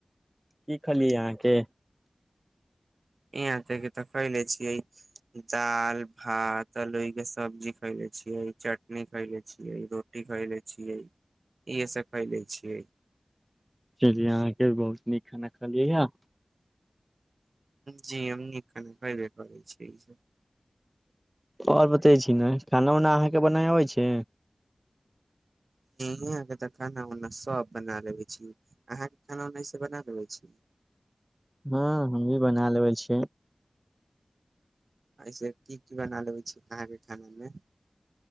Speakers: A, on the right (about 15°); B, on the right (about 85°).
A: की खलियै अहाँके
B: यहां ते के त खले छिये दाल भात अलोइ के सब्जी खइले छियै चटनी खइले छियै रोटी खइले छियै इहे सब कै ले छियै
A: चलियै अहाँके बहुत नीक खाना खलियै य
B: जी हम नीक कने करबे करै छी इसऽ
A: और बतै छी नै खाना उना अहाँके बनाय अबै छै
B: हू ईह के खाना उना सब बना लेे छी अहां के खाना उनास बना लेे छी
A: हँ हम भी बना लेबे छियै
B: ऐसे की की बना लेबै छी अहाँके खाना मे